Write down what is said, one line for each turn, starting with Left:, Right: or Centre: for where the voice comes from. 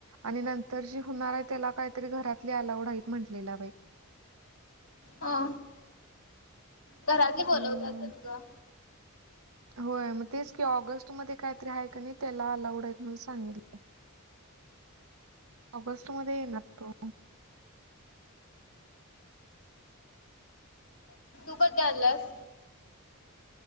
Right: आणि न, तर जी होणार आहे त्याला काहीतरी घरातली अलाउड आहेत म्हटलेला बाई?
Left: हो, घरातली बोलवत्यातच
Right: हम्म,
Left: ग,
Right: होय मग तेच की ऑगस्ट मध्ये काहीतरी आहे का नाही त्याला अलाऊड आहेत म्हणून सांगितले. ऑगस्ट मध्ये येणार तो!
Left: तु कधी आलास,